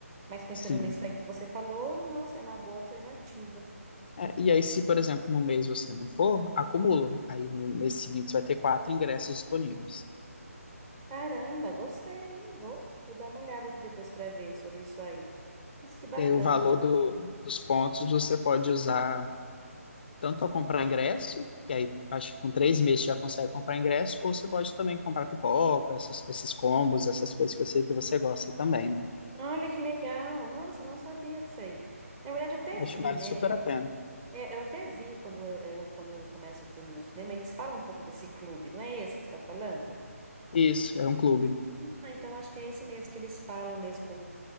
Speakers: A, on the right (about 20°); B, on the left (about 40°).
A: Mas pensando
B: Sim.
A: nisso aí que você falou, nossa, é uma boa alternativa.
B: É, e aí, se, por exemplo, num mês você não for, acumula. Aí no mês seguinte você vai ter quatro ingressos disponíveis.
A: Caramba, gostei, hein? Vou, vou dar uma olhada aqui depois pra ver sobre isso aí. Mas que bacana.
B: E aí o valor do- dos pontos você pode usar tanto para comprar ingresso, que aí acho que com três meses você já consegue comprar ingresso, ou você pode também comprar pipoca, esses, esses combos, essas coisas que eu sei que você gosta também, né?
A: Olha que legal. Nossa, eu não sabia disso aí. Na verdade, eu até
B: Acho
A: vi,
B: que vale
A: né?
B: super a pena.
A: É, Eu até vi quando, eh, quando começa o filme no cinema, eles falam um pouco desse clube, não é esse que você está falando?
B: Isso, é um clube.
A: Ah, então acho que é esse mesmo que eles falam mesmo quando